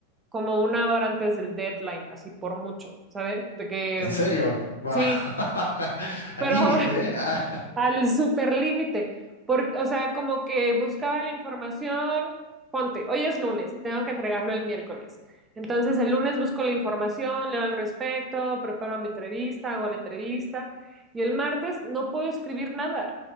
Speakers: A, on the right; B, on the left.
A: como una hora antes del deadline, así por mucho, ¿sabes? De que
B: ¿En
A: mm,
B: serio? ¡Wow!
A: sí,
B: <laughs> Al
A: pero
B: límite,
A: <laughs>
B: ¿eh? Ah,
A: al superlímite, porque, o sea, como que buscaba la información, ponte, hoy es lunes y tengo que entregarlo el miércoles. Entonces el lunes busco la información, leo al respecto, preparo mi entrevista, hago la entrevista y el martes no puedo escribir nada.